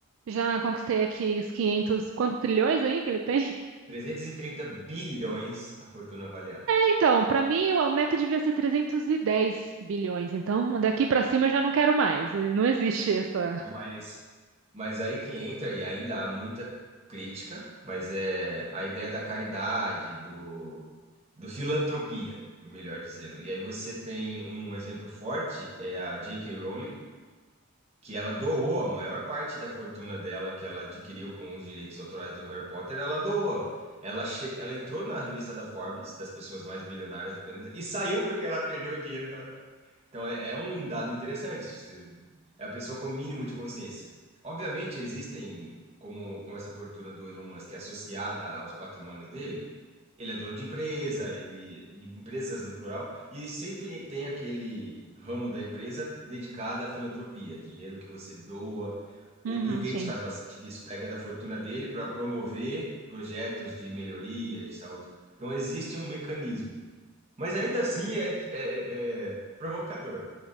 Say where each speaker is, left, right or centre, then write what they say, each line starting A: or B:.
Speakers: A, on the right; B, on the right.
A: Já conquistei aqui os 500 quantos trilhões aí que ele tem? <laughs>
B: trezentos e trinta bilhões a fortuna avaliada.
A: Então, pra mim, a meta devia ser 310 bilhões. Então, daqui pra cima eu já não quero mais. Não existe essa.
B: Então, Mas, mas aí que entra, e ainda há muita crítica, mas é a ideia da caridade, do, do filantropia, melhor dizendo. E aí você tem um exemplo forte, é a J.K. Rowling, que ela doou a maior parte da fortuna dela que ela adquiriu com os direitos autorais do Harry Potter, ela doou. Ela, che... ela entrou na lista da Forbes, das pessoas mais milionárias do planeta, e saiu porque ela perdeu o dinheiro que ela. Então é, é um dado interessante. É a pessoa com o mínimo de consciência. Obviamente existem, como, como essa fortuna do Elon Musk é associada aos patrimônios dele, ele é dono de empresa, ele de empresas no plural, e sempre tem aquele ramo da empresa dedicado à filantropia, dinheiro que você doa. O
A: Uhum,
B: Bill Gates
A: gente.
B: faz bastante disso, pega da fortuna dele para promover projetos de melhoria de saúde. Então existe um mecanismo, mas ainda assim é, é, é provocador